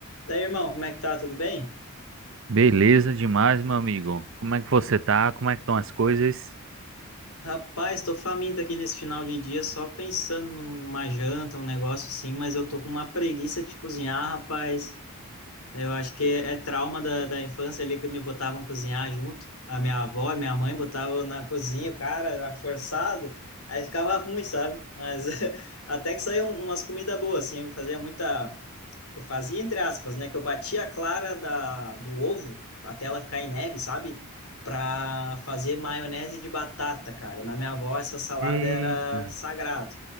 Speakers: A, on the left (about 85°); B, on the right (about 60°).
A: Daí, irmão, como é que tá? Tudo bem?
B: Beleza demais, meu amigo. Como é que você tá? Como é que estão as coisas?
A: Rapaz, tô faminto aqui nesse final de dia, só pensando numa janta, um negócio assim, mas eu tô com uma preguiça de cozinhar, rapaz. Eu acho que é trauma da, da infância ali que me botavam cozinhar junto. A minha avó e minha mãe botavam na cozinha, cara, era forçado. Aí ficava ruim, sabe? Mas <laughs> até que saiu umas comidas boas, assim. Eu fazia muita. Eu fazia entre aspas, né? Que eu batia a clara da, do ovo até ela ficar em neve, sabe? Pra fazer maionese de batata, cara. Na minha avó, essa salada
B: Eita,
A: era sagrado.